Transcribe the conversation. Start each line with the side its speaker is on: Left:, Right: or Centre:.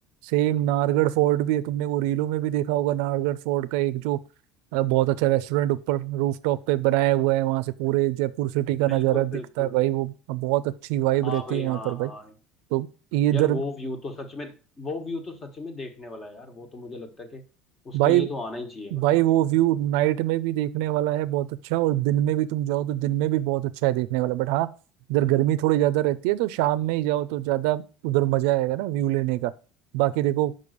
Right: सेम नाहरगढ़ फोर्ट भी है तुमने वो रीलों में भी देखा होगा नाहरगढ़ फोर्ट का एक जो अ, बहुत अच्छा रेस्टोरेंट ऊपर रूफटॉप पे बनाया हुआ है वहाँ से पूरे जयपुर सिटी का
Left: बिल्कुल
Right: नज़ारा दिखता
Left: बिल्कुल
Right: है भाई वो बहुत अच्छी वाइब
Left: हाँ
Right: रहती
Left: भाई
Right: है वहाँ
Left: हाँ
Right: पर भाई
Left: हाँ
Right: तो ये
Left: यार
Right: इधर
Left: वो व्यू तो सच में वो व्यू तो सच में देखने वाला है यार वो तो मुझे लगता है कि उसके
Right: भाई
Left: लिए तो आना ही चाहिए मतलब
Right: भाई वो व्यू नाइट में भी देखने वाला है बहुत अच्छा और दिन में भी तुम जाओ तो दिन में भी बहुत अच्छा है देखने वाला बट हाँ इधर गर्मी थोड़ी ज्यादा रहती है तो शाम में ही जाओ तो ज्यादा उधर मजा आएगा ना व्यू लेने का बाकी देखो